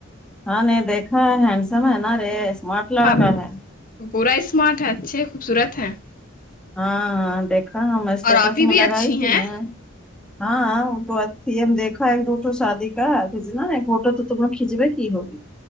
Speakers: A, in the centre; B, on the left.
A: ہاں نہیں دیکھا ہینڈسم ہے نا رے اسمارٹ لڑکا
B: آپ
A: ہے
B: پورا اسمارٹ ہے اچھے خوبصورت ہے
A: ہاں ہ دیکھا ہم اسٹیٹس
B: اور آپ ہی
A: میں
B: بھی
A: لگائی
B: اچھی
A: تھی
B: ہیں
A: ن ہاں تو اھی ہم دیکھا ایک فوٹو شادی کا کناا فوٹو تو تم لو کھینچوے کی ہوگی